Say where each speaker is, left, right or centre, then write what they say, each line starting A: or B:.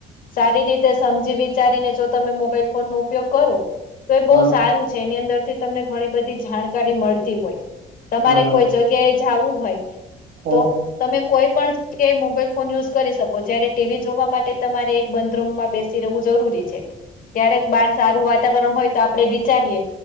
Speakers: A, on the left; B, on the right.
A: સારી રીતે સમજી વિચારીને જો તમે મોબાઈલ ફોન નો ઉપયોગ કરો. તો એ બહુ
B: હમ
A: સારું છે એની અંદરથી તમને ઘણી બધી જાણકારી મળતી હોય. તમારે
B: હમ
A: કોઈ જગ્યાએ જવું હોય
B: હમ
A: તો તમે કોઈ પણ જે મોબાઈલ ફોન યુઝ કરી શકો જ્યારે ટીવી જોવા માટે તમારે એક બંધરૂમમાં બેસી રહેવું જરૂરી છે. છેે. ક્યારેક બહાર સારું વાતાવરણ હોય તો આપડે વિચારીએ